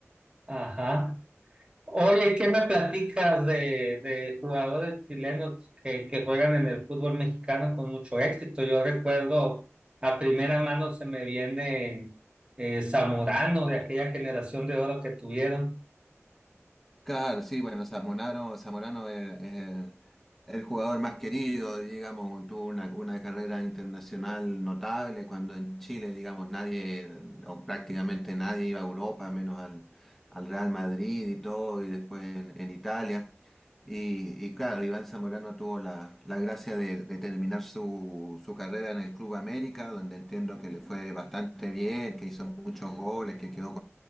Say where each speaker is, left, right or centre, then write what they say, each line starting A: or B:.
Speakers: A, on the right; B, in the centre.
A: Ajá. Oye, ¿qué me platicas de, de jugadores chilenos que, que juegan en el fútbol mexicano con mucho éxito? Yo recuerdo, a primera mano se me viene eh, Zamorano de aquella generación de oro que tuvieron.
B: Claro, sí, bueno, Zamorano, Zamorano es, es el, el jugador más querido, digamos, tuvo una, una carrera internacional notable cuando en Chile, digamos, nadie, o prácticamente nadie iba a Europa, menos al, al Real Madrid y todo, y después en, en Italia. Y, y claro, Iván Zamorano tuvo la, la gracia de, de terminar su, su carrera en el Club América, donde entiendo que le fue bastante bien, que hizo muchos goles, que quedó